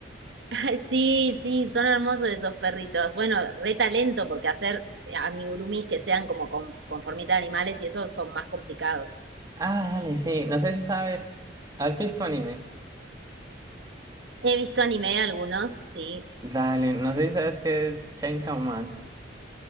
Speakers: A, on the right (about 70°); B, on the right (about 20°).
A: <laughs> Ay, sí, sí, son hermosos esos perritos. Bueno, re talento, porque hacer amigurumis que sean como con, con formita de animales y esos son más complicados.
B: Ah, dale, sí, no sé si sabes, ¿has visto anime?
A: He visto anime algunos, sí.
B: Dale, no sé si sabes qué es Chainsaw Man.